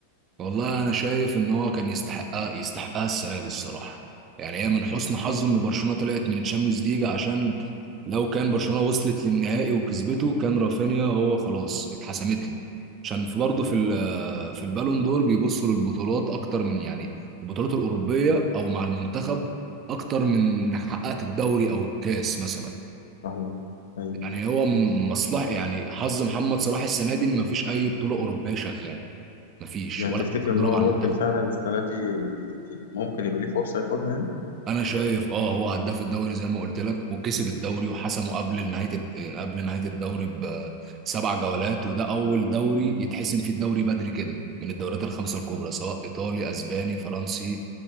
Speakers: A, on the right (about 30°); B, on the left (about 60°).
A: والله انا شايف ان هو كان يستحقها يستحقها السنه دي الصراحه يعني هي من حسن حظه ان برشلونه طلعت من الشامبيونز ليج عشان لو كان برشلونه وصلت للنهائي وكسبته كان رافينيا هو خلاص اتحسمت له عشان في برضه في ال- في البالون دور بيبصوا للبطولات اكتر من يعني البطولات الاوروبيه او مع المنتخب اكتر من انك حققت الدوري او الكاس مثلا
B: صحيح ايوه
A: يعني هو من مصلحه يعني حظ محمد صلاح السنه دي ان مفيش اي بطوله اوروبيه شغاله مفيش
B: يعني
A: ولا
B: تفتكر
A: حتى بطوله
B: ان هو
A: مع المنتخب
B: ممكن فعلا السنة دي ي- ي- ممكن يبقى ليه فرصة ياخدها
A: انا شايف اه هو هداف الدوري زي ما قلت لك وكسب الدوري وحسمه قبل نهايه الد... قبل نهايه الدوري بسبع جولات وده اول دوري يتحسم فيه الدوري بدري كده من الدوريات الخمسه الكبرى سواء ايطالي اسباني فرنسي